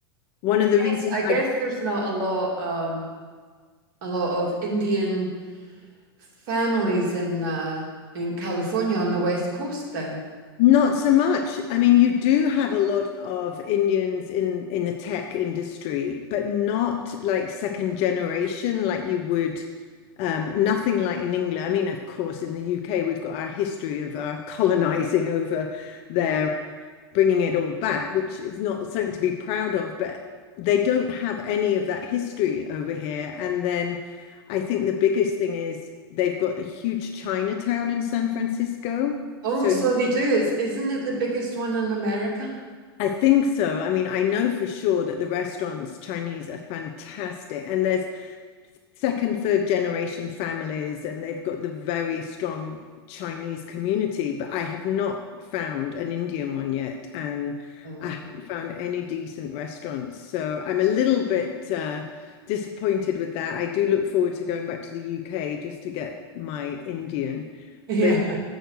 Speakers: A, on the left; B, on the right.
A: One of the reasons
B: Yes, I guess
A: I
B: there's not a lot um a lot of Indian families in uh in California on the West Coast then.
A: not so much. I mean, you do have a lot of Indians in in the tech industry, but not like second generation like you would um, nothing like in England. I mean, of course, in the UK, we've got our history of our colonizing over there
B: Yeah.
A: bringing it all back, which is not something to be proud of, but they don't have any of that history over here. And then I think the biggest thing is they've got a huge Chinatown in San Francisco.
B: Oh,
A: So
B: so they do. It's isn't it the biggest one in America?
A: I think so. I mean, I know for sure that the restaurants, Chinese, are fantastic. And there's second, third generation families, and they've got the very strong Chinese community, but I have not found an Indian one yet, and
B: Oh.
A: I haven't found any decent restaurants. So I'm a little bit uh, disappointed with that. I do look forward to going back to the UK just to get my Indian.
B: <laughs> Yeah.
A: But